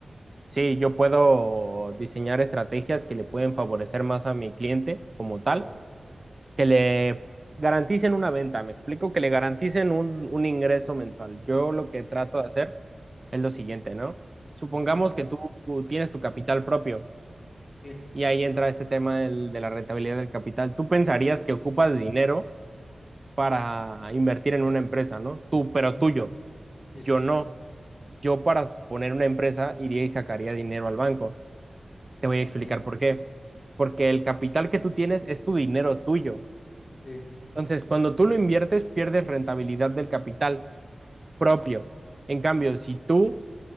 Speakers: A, on the right; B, on the left.
A: Sí, yo puedo
B: Ok,
A: diseñar estrategias que le pueden favorecer más a mi cliente como tal,
B: Claro.
A: que le garanticen una venta, me explico, que le garanticen un, un ingreso mensual. Yo lo que trato de hacer es lo siguiente, ¿no? Supongamos
B: Ujú,
A: que tú, tú tienes tu capital propio
B: Sí.
A: y ahí entra este tema del- de la rentabilidad del capital. Tú pensarías que ocupas dinero para invertir en una empresa, ¿no? Tú, pero
B: ujú,
A: tuyo,
B: Sí, sí,
A: yo
B: sí.
A: no. Yo para poner una empresa iría y sacaría dinero al banco. Te
B: mm,
A: voy a
B: Ok.
A: explicar por qué. Porque el capital que tú tienes es tu dinero tuyo.
B: Sí.
A: Entonces, cuando tú lo inviertes, pierdes rentabilidad del capital propio. En cambio, si tú